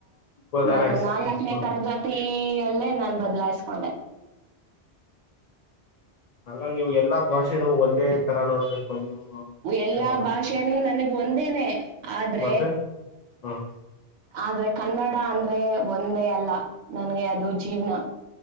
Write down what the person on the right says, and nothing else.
ನಾನು ನಾಲ್ಕನೇ
ತರಗತಿ ಯಲ್ಲೇ ನಾನ್ ಬದ್ಲಾಯಸ್ಕೊಂಡೆ..
ಎಲ್ಲಾ
ಭಾಷೆನೂ ನನಗ್ ಒಂದೇನೆ. ಆದ್ರೆ
ಆದ್ರೆ ಕನ್ನಡ ಅಂದ್ರೆ ಒಂದೇ ಅಲ್ಲ ನನ್ಗೆ ಅದು ಜೀವ್ನ.